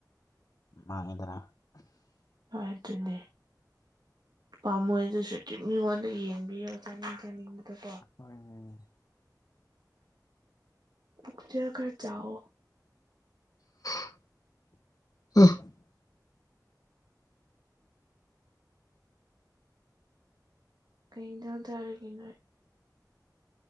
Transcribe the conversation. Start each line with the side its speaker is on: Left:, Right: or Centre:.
Left: ꯃꯥꯡꯉꯤꯗꯅ
Right: ꯍꯣꯏ ꯑꯗꯨꯅꯦ ꯄꯥꯝꯃꯣꯏ ꯑꯗꯨꯁꯨ ꯎꯝ ꯃꯤꯉꯣꯟꯗ ꯌꯦꯡꯕꯤꯌꯣ ꯆꯥꯅꯤꯡ ꯆꯥꯅꯤꯡꯕꯗꯀꯣ
Left: ꯍꯣꯏꯅꯦ
Right: ꯄꯨꯆ ꯈꯔ ꯆꯑꯣ
Left: <unintelligible>
Right: ꯀꯩꯗꯖꯥꯔꯒꯦ ꯅꯣꯏ